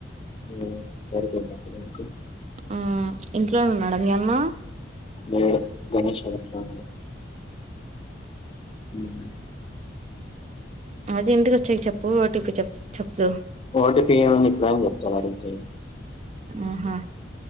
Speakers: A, on the left (about 30°); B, on the right (about 40°).
A: మ్మ్ సరిపోయిద్ద అప్పటివరకు
B: ఆ ఇంట్లోనే ఉన్నాడా మీ అన్న
A: లేడు గణేష్ వాళ్ల ఇంట్లో ఉన్నాడు మ్మ్
B: ఐతే ఇంటికోచ్చాక చెప్పు ఓ టి పి చెప్ చెబుతూవ్
A: ఓ టి పి ఏముంది ఇప్పుడైనా చెప్తాడు అడిగితే
B: ఆహా